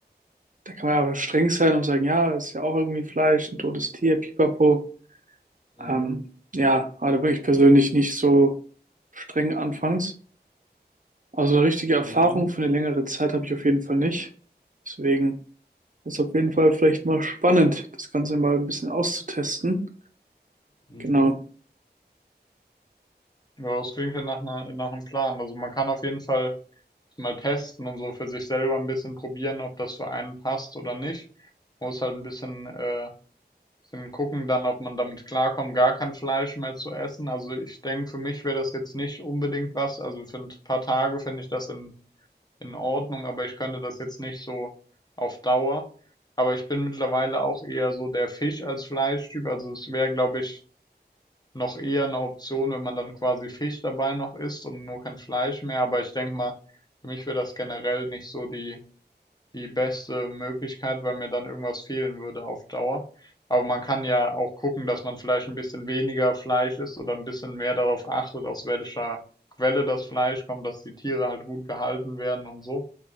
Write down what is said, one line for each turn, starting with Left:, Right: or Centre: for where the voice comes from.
Right: Da kann man aber streng sein und sagen, ja, ist ja auch irgendwie Fleisch, ein totes Tier, pipapo.
Left: Mhm.
Right: Ähm, ja, aber da bin ich persönlich nicht so streng anfangs. Also eine richtige Erfahrung
Left: Mhm.
Right: für eine längere Zeit habe ich auf jeden Fall nicht. Deswegen ist auf jeden Fall vielleicht mal spannend, das Ganze mal ein bisschen auszutesten.
Left: Mhm.
Right: Genau.
Left: Ja, das klingt ja nach einer, nach einem Plan. Also man kann auf jeden Fall mal testen und so für sich selber ein bisschen probieren, ob das für einen passt oder nicht. Muss halt ein bisschen, äh, bisschen gucken dann, ob man damit klarkommt, gar kein Fleisch mehr zu essen. Also ich denke, für mich wäre das jetzt nicht unbedingt was. Also für ein paar Tage finde ich das in, in Ordnung, aber ich könnte das jetzt nicht so auf Dauer. Aber ich bin mittlerweile auch eher so der Fisch als Fleischtyp. Also es wäre, glaube ich, noch eher eine Option, wenn man dann quasi Fisch dabei noch isst und nur kein Fleisch mehr. Aber ich denke mal, für mich wäre das generell nicht so die, die beste Möglichkeit, weil mir dann irgendwas fehlen würde auf Dauer. Aber man kann ja auch gucken, dass man vielleicht ein bisschen weniger Fleisch isst oder ein bisschen mehr darauf achtet, aus welcher Quelle das Fleisch kommt, dass die Tiere halt gut gehalten werden und so.